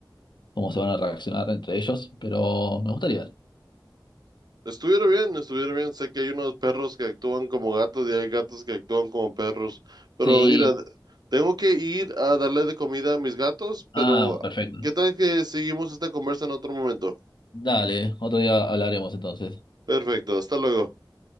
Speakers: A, on the left; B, on the right.
A: cómo se van a reaccionar entre ellos, pero me gustaría.
B: Estuviera bien, estuviera bien. Sé que hay unos perros que actúan como gatos y hay gatos que actúan como perros. Pero
A: Sí,
B: mira, tengo que ir a darle de comida a mis gatos, pero
A: ah, perfecto.
B: ¿qué tal que seguimos esta conversa en otro momento?
A: Dale, otro día hablaremos entonces.
B: Perfecto, hasta luego.